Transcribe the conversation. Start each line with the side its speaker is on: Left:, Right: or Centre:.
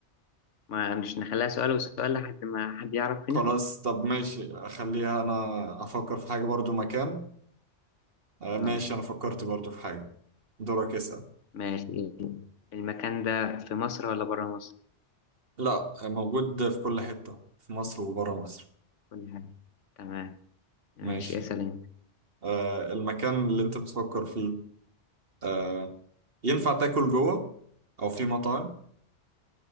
Left: ما مش نخليها سؤال وسؤال لحد ما حد يعرف
Right: خلاص
Left: هنا
Right: طب ماشي أخليها أنا أفكر في حاجة برضو مكان آه،
Left: اه
Right: ماشي أنا فكرت برضو في حاجة دورك اسأل
Left: ماشي المكان ده في مصر ولا بره مصر
Right: لا موجود في كل حتة في مصر وبره مصر
Left: كل حاجة تمام ماشي
Right: ماشي
Left: اسأل انت
Right: آه المكان اللي انت بتفكر فيه آه ينفع تاكل جوه او في مطاعم